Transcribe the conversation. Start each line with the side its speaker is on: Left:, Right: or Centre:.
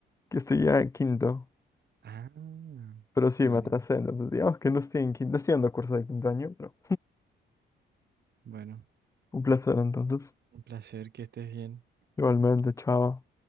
Left: que estoy ya en quinto.
Right: Ah,
Left: Pero sí,
Right: vale.
Left: me atrasé, entonces digamos que no estoy en quinto, no estoy dando curso de quinto año, pero
Right: Bueno,
Left: un placer entonces.
Right: un placer que estés bien.
Left: Igualmente, chao.